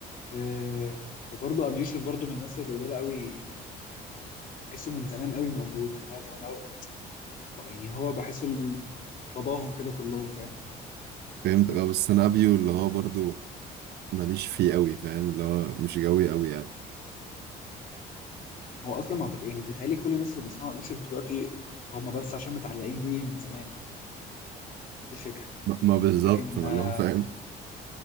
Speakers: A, on the left; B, on the right.
A: آه، وبرضه ابي يوسف برضه من الناس اللي قليله قوي تحسه من زمان قوي موجود اللي هو زمان قوي يعني هو بحسه ال- باباهم كده كلهم فاهم
B: فهمت اه بس انا ابيو اللي هو برضو ماليش فيه قوي فاهم اللي هو مش جوي قوي يعني
A: هو اصلا ما اعتقد يعني بيتهيألي كل الناس اللي بيسمعوا يوسف دلوقتي هم بس عشان متعلقين بيه من زمان دي الفكره
B: ما ما بالظبط
A: لكن
B: والله
A: آه،
B: هو فاهم